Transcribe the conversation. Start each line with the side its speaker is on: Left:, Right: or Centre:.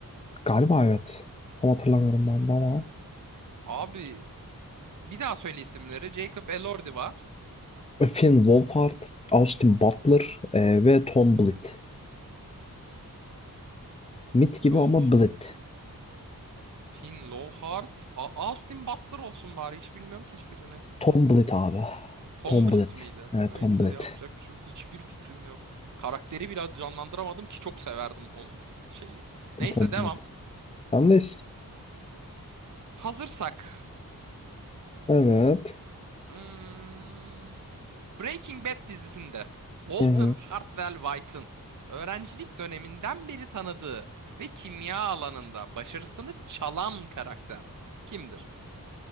Left: Galiba evet. Tam hatırlamıyorum ben de ama.
Right: Abi bir daha söyle isimleri. Jacob Elordi var.
Left: Finn Wolfhard, Austin Butler e, ve Tom Blitt. Mit gibi
Right: Low,
Left: ama Blitt.
Right: Finn Lowheart. A- Austin Butler olsun bari. Hiç bilmiyorum ki hiçbirini.
Left: Tom Blitt abi.
Right: Tom
Left: Tom
Right: Blyth
Left: Blitt.
Right: miydi?
Left: Evet,
Right: Neyse
Left: Tom Blitt.
Right: yapacak bir şey yok. Hiçbir fikrim yok. Karakteri bile canlandıramadım ki çok severdim o si- şeyi. Neyse
Left: Tom
Right: devam.
Left: Blitt. Sendeyiz.
Right: Hazırsak.
Left: Evet.
Right: Hmm, Breaking Bad dizisinde Walter
Left: Hı hı.
Right: Hartwell White'ın öğrencilik döneminden beri tanıdığı ve kimya alanında başarısını çalan karakter kimdir?